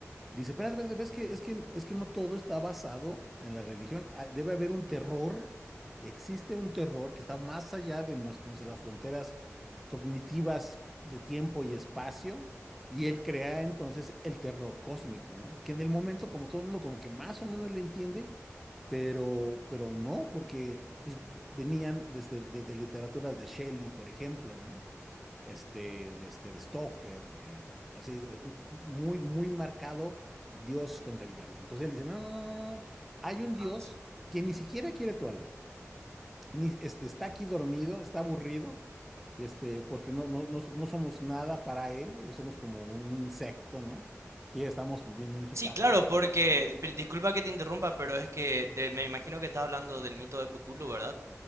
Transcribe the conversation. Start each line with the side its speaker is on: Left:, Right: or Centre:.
Centre: Dice, pero es que, es que, es que no todo está basado en la religión. Ah, Debe haber un terror, existe un terror que está más allá de nos- nuestras fronteras cognitivas de tiempo y espacio, y él crea entonces el terror cósmico, ¿no? Que en el momento, como todo el mundo, como que más o menos le entiende, pero, pero no, porque pues, ve- venían desde, de, de literaturas de Shelley, por ejemplo, ¿no? este, este, de Stoker, de, así, de- muy, muy marcado Dios contra el diablo. Entonces él dice, no, no, no, no, no, no, hay un
Right: Ajá,
Centre: Dios
Right: sí.
Centre: que ni siquiera quiere tu alma, ni, este, está aquí dormido, está aburrido, y este, porque no, no, no, no somos nada para él, somos como un, un insecto, ¿no? Que ya estamos viviendo en su
Right: Sí,
Centre: caja.
Right: claro, porque, pe- disculpa que te interrumpa, pero es que te- me imagino que estás hablando del mito de Cthulhu, ¿verdad?